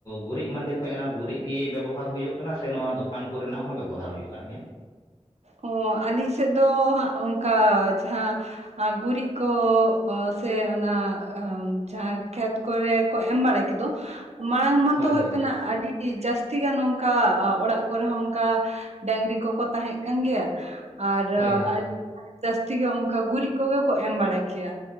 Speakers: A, on the left (about 30°); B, on the right (about 65°).
A: ᱜᱩᱨᱤᱡ ᱢᱟᱸᱫᱮ ᱠᱷᱚᱡ ᱚᱱᱟ ᱜᱩᱨᱤᱡ ᱜᱮ ᱵᱮᱵᱚᱦᱟᱨ ᱦᱳᱭᱳᱜ ᱠᱟᱱᱟ ᱥᱮ ᱱᱚᱣᱟ ᱫᱚᱠᱟᱱ ᱠᱚᱨᱮᱱᱟᱜ ᱦᱚᱸ ᱵᱮᱵᱚᱦᱟᱨ ᱦᱳᱭᱳᱜ ᱠᱟᱱ ᱜᱮᱭᱟ?
B: ᱚ ᱟᱹᱞᱤᱧ ᱥᱮᱫ ᱫᱚ ᱦᱟᱸᱜ ᱚᱱᱠᱟ ᱡᱟᱦᱟᱸ ᱟᱸ ᱜᱩᱨᱤᱡ ᱠᱚ ᱮᱸ ᱥᱮ ᱚᱱᱟ ᱮᱸᱦᱮᱢ ᱡᱟᱦᱟᱸ ᱠᱷᱮᱛ ᱠᱚᱨᱮ ᱠᱚ ᱮᱢ ᱵᱟᱲᱟᱭ ᱠᱮᱫᱚ, ᱢᱟᱲᱟᱝ ᱢᱟ
A: ᱦᱳᱭ
B: ᱛᱚ ᱦᱳᱭᱳᱜ
A: ᱦᱳᱭ
B: ᱠᱟᱱᱟ ᱟᱹᱰᱤ ᱡᱟᱹᱥᱛᱤ ᱜᱮ ᱱᱚᱝᱠᱟ ᱚᱲᱟᱜ ᱠᱚᱨᱮ ᱦᱚᱸ ᱚᱱᱠᱟ ᱰᱟᱝᱨᱤ ᱠᱚᱠᱚ ᱛᱟᱦᱮᱸᱜ ᱠᱟᱱ ᱜᱮᱭᱟ᱾ ᱟᱨ
A: ᱦᱳᱭ ᱦᱳᱭ
B: ᱟ ᱡᱟᱹᱥᱛᱤ ᱜᱮ ᱚᱱᱠᱟ ᱜᱩᱨᱤᱡ ᱠᱚᱜᱮ ᱠᱚ ᱮᱢ ᱵᱟᱲᱟ ᱠᱮᱭᱟ᱾